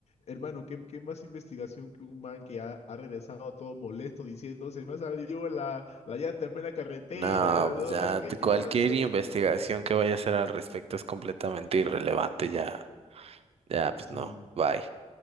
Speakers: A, on the left; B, on the right.
A: hermano, ¿qué, qué más investigación que un man que ha, ha regresado todo molesto diciendo, se me ha salido la, la llanta en plena carretera,
B: No,
A: ¿no?
B: pues ya
A: que
B: t-
A: que
B: cualquier
A: ya la... <laughs>
B: investigación que vaya a hacer al respecto es completamente irrelevante, ya, ya, pues
A: Sí.
B: no, bye.